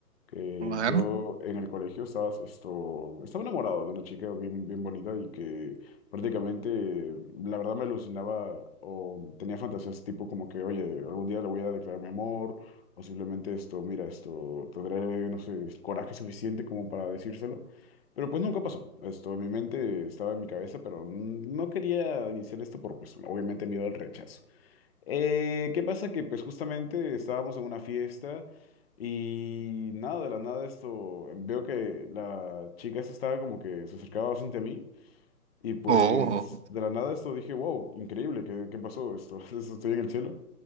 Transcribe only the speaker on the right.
A ver.
Oh,